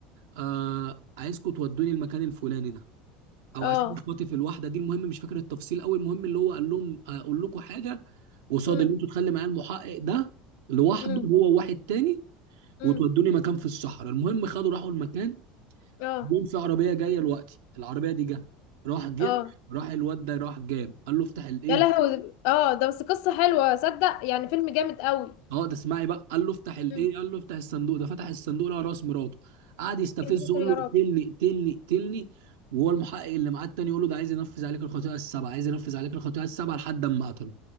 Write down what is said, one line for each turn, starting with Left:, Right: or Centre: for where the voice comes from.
Right: آه عايزكم تودوني المكان الفلاني ده او
Left: اه
Right: عشان اخواتي في الواحده دي المهم مش فاكر التفصيل قوي المهم اللي هو قال لهم اقول لكم حاجه قصاد
Left: امم
Right: اللي انتوا تخلي معايا المحقق ده لوحده
Left: امم
Right: هو واحد تاني
Left: امم
Right: وتودوني مكان في الصحراء المهم خدوا راحوا المكان
Left: اه
Right: جم في عربيه جايه لوقتي العربيه دي جه راح جه
Left: اه
Right: راح الواد ده راح جاب قال له افتح الايه
Left: يا لهوي اه ده بس قصة حلوة صدق يعني فيلم جامد قوي
Right: اه ده اسمعي بقى قال له افتح الايه
Left: امم
Right: قال له افتح الصندوق ده فتح الصندوق لقى راس مراته قعد يستفزه
Left: يا ساتر
Right: يقول
Left: يا
Right: له اقتلني
Left: رب
Right: اقتلني اقتلني وهو المحقق اللي معاه التاني يقول له ده عايز ينفذ عليك الخطيئه السبعه عايز ينفذ عليك الخطيئه السبعه لحد اما قتله